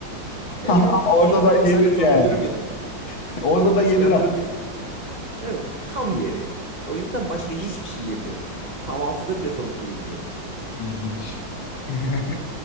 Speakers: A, on the left; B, on the right.
A: <laughs>
B: Evet
A: Ama
B: evet iki
A: orada
B: yıl falan
A: da yenir
B: sadece tavuk
A: yani.
B: dürüm yedim ben.
A: <laughs> Orada da yenir
B: İskenderun'da
A: ama.
B: evet, tam yeri. O yüzden başka hiçbir şey yemiyordum. Kahvaltıda bile tavuk dürüm yiyordum.
A: İlginç. <laughs>